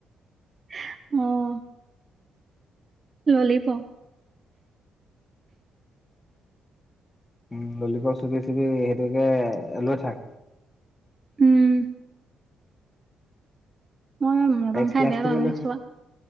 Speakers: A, on the right (about 30°); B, on the left (about 25°).
A: ইস্ অ অ অ অ। ললিপ।
B: উম উ উ! ললিপপ চুপি চুপি সেইটোকে এ এ লৈ থাক।
A: উম উ উ! মই মানে মটন
B: এক্সপিৰিয়েঞ্চটোকে
A: খাই বেয়া পাওঁ
B: লৈ
A: এ
B: থাক
A: চোৱা